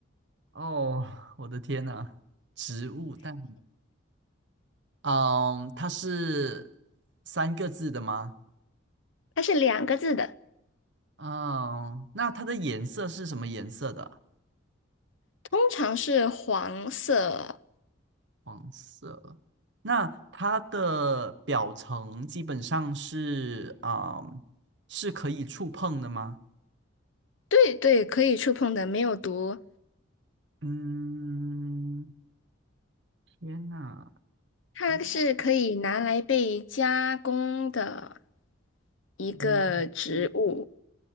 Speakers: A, on the right (about 60°); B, on the left (about 70°).
A: 哦，我的天呐，植物，但嗯，它是三个字的吗？
B: 它是两个字的，
A: 嗯，那它的颜色是什么颜色的？
B: 通常是黄色。
A: 黄色。那它的表层基本上是啊、嗯是可以触碰的吗？
B: 对对，可以触碰的，没有毒，
A: 嗯，天哪，
B: 它是可以拿来被加工的
A: 哦，
B: 一个植物，
A: 嗯，